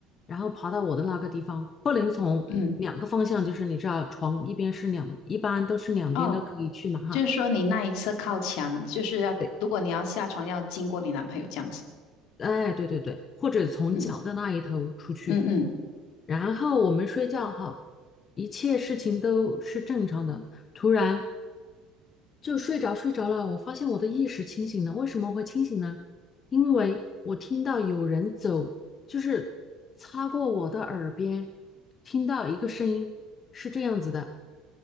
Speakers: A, on the left; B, on the left.
A: 然后爬到我的那个地方，不能从两个方向，
B: 嗯，
A: 就是你知道床一边是两，一般都是两边都可以去嘛哈。
B: 哦，就是说你那一次靠墙，就是要如果你要下床要经过你男朋友这样子，
A: 对，哎，对对对，或者从脚的那一头出去，
B: 嗯嗯嗯
A: 然后我们睡觉好，一切事情都是正常的。突然就睡着睡着了，我发现我的意识清醒了。为什么会清醒呢？因为我听到有人走，就是擦过我的耳边，听到一个声音是这样子的，